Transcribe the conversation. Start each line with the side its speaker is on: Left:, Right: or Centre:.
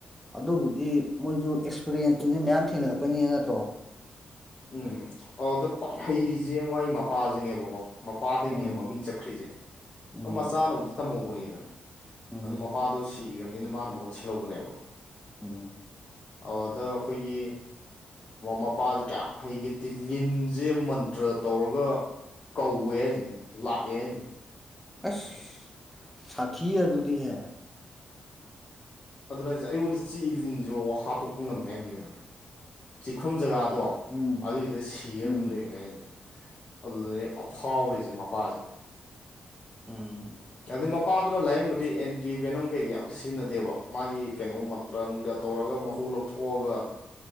Centre: ꯑꯗꯨꯕꯨꯗꯤ ꯃꯣꯏꯁꯨ ꯑꯦꯛꯁꯄꯔꯤꯟꯁꯇꯨꯗꯤ ꯃꯌꯥꯝ ꯊꯦꯡꯅꯔꯛꯄꯅꯤ ꯅꯠꯇ꯭ꯔꯣ
Left: ꯎꯝ ꯑꯗ ꯄ꯭ꯋꯥꯏ ꯍꯩꯔꯤꯁꯦ ꯃꯥꯏ ꯃꯄꯥꯁꯤꯅꯦꯕꯀꯣ ꯃꯄꯥꯗꯩꯅꯦ
Centre: ꯎꯝ
Left: ꯃꯃꯤꯡ ꯆꯠꯈ꯭ꯔꯤꯁꯦ
Centre: ꯎꯝ
Left: ꯃꯆꯥꯅꯕꯨꯗꯤ ꯇꯝꯍꯧꯕꯅꯦꯗꯅ
Centre: ꯎꯝ
Left: ꯑꯗꯨ ꯃꯄꯥꯗꯣ ꯁꯤꯈ꯭ꯔꯕꯅꯤꯅ ꯃꯥꯅ ꯃꯍꯨꯠ ꯁꯤꯜꯍꯧꯕꯅꯦꯕ
Centre: ꯎꯝ <inaudible> <unintelligible>
Left: ꯑꯗ ꯑꯩꯈꯣꯏꯒꯤ ꯃꯄꯥ ꯀꯌꯥꯝ ꯍꯩꯒꯦꯗꯤ ꯂꯤꯟꯁꯦ ꯃꯟꯇ꯭ꯔ ꯇꯧꯔꯒ ꯀꯧꯋꯦ ꯍꯥꯏꯁꯤꯅꯤ ꯂꯥꯛꯑꯦ ꯍꯥꯏꯖꯤꯅꯤ
Centre: ꯑꯁ ꯁꯥꯇꯤ ꯑꯗꯨꯗꯤ ꯍꯦ
Left: ꯑꯗꯨꯅꯁꯦ ꯑꯩꯉꯣꯟꯗ ꯆꯤ ꯏ ꯂꯤꯟꯁꯨ ꯍꯥꯠꯇꯣꯛꯄ ꯉꯝꯃꯦ ꯍꯥꯏꯔꯝꯗꯩꯅꯣ ꯆꯤꯛꯐꯝ ꯖꯒꯥꯗꯣ
Centre: ꯎꯝ
Left: ꯑꯗꯨꯏꯗ ꯁꯤꯔ
Centre: ꯎꯝ
Left: ꯑꯗꯨꯝ ꯂꯩꯔꯝꯃꯦ ꯑꯗꯨꯗꯅꯦ ꯑꯐꯥꯎꯔꯤꯁꯦ ꯃꯄꯥꯁꯦ
Centre: ꯎꯝ
Left: ꯑꯗꯨ ꯅꯨꯄꯥꯗꯨꯅ ꯂꯥꯏꯌꯦꯡꯕꯗꯤ ꯑꯦꯟꯇꯤ ꯕꯦꯅꯝ ꯀꯩꯀꯩ ꯑꯝꯇ ꯁꯤꯖꯤꯟꯅꯗꯦꯕ ꯃꯥꯒꯤ ꯀꯩꯅꯣ ꯃꯟꯇ꯭ꯔ ꯅꯨꯡꯗ ꯇꯧꯔꯒ ꯃꯍꯨ ꯂꯧꯊꯣꯛꯑꯒ